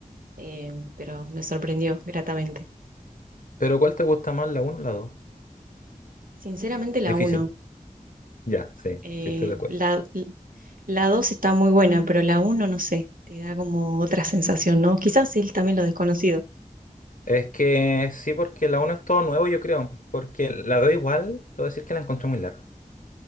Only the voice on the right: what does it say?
eh, pero me sorprendió gratamente.
Sinceramente, la
uno
Eh,
la, la 2 está muy buena, pero la uno no sé, te da como otra sensación, ¿no? Quizás sí, también lo desconocido.